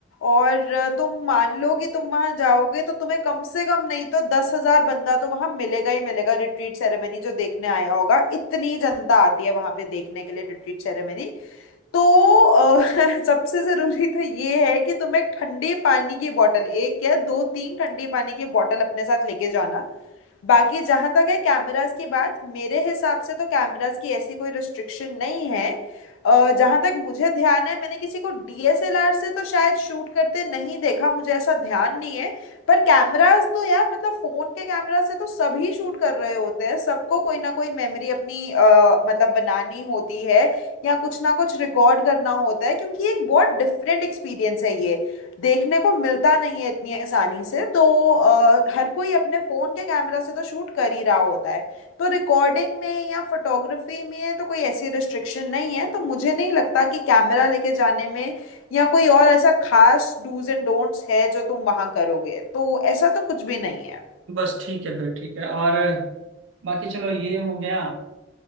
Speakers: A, on the left; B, on the right.
A: और अ, तुम मान लो कि तुम वहां जाओगे तो तुम्हें कम से कम नहीं तो दस हजार बंदा तो वहां मिलेगा ही मिलेगा रिट्रीट सेरेमनी जो देखने आया होगा इतनी जनता आती है वहां पे देखने के लिए रिट्रीट सेरेमनी तो अ, <laughs> सबसे जरूरी तो ये है कि तुम एक ठंडे पानी की बोतल एक या दो तीन ठंडे पानी की बोतल अपने साथ लेके जाना बाकी जहां तक है कैमरास की बात मेरे हिसाब से तो कैमरास की ऐसी कोई रिस्ट्रिक्शन नहीं है अ, जहां तक मुझे ध्यान है मैंने किसी को डीएसएलआर से तो शायद शूट करते नहीं देखा मुझे ऐसा ध्यान नहीं है पर कैमरास तो यार मतलब फोन के कैमरा से तो सभी शूट कर रहे होते हैं सबको कोई ना कोई मेमोरी अपनी अ, मतलब बनानी होती है या कुछ ना कुछ रिकॉर्ड करना होता है क्योंकि एक बहुत डिफरेंट एक्सपीरियंस है ये देखने को मिलता नहीं है इतनी आसानी से तो अ, हर कोई अपने फोन के कैमरा से तो शूट कर ही रहा होता है तो रिकॉर्डिंग में या फोटोग्राफी में तो कोई ऐसी रिस्ट्रिक्शन नहीं है तो मुझे नहीं लगता कि कैमरा लेके जाने में या कोई और ऐसा खास डूज एंड डोंट्स है जो तुम वहां करोगे तो ऐसा तो कुछ भी नहीं है
B: बस ठीक है फिर ठीक है और बाकी चलो ये हो गया